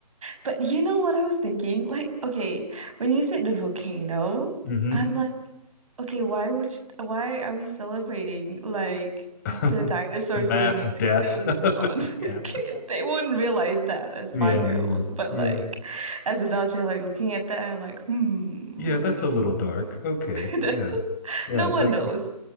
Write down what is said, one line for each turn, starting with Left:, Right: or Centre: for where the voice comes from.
Right: But you know what I was thinking? Like, okay, when you said the volcano,
Left: hmm
Right: I'm like, okay, why would you- why are we celebrating like
Left: <laughs>
Right: the dinosaurs
Left: The mass
Right: going extinct
Left: death <laughs> of
Right: on
Left: it. Yeah.
Right: <laughs> kid? They wouldn't realize that as
Left: Yeah,
Right: five-year-olds,
Left: yeah,
Right: but
Left: yeah,
Right: like as adults, you're like looking at that and I'm like, hmm,
Left: yeah.
Right: okay.
Left: That's a little dark. Okay,
Right: <laughs>
Left: yeah, yeah.
Right: No
Left: It's
Right: one
Left: like,
Right: knows.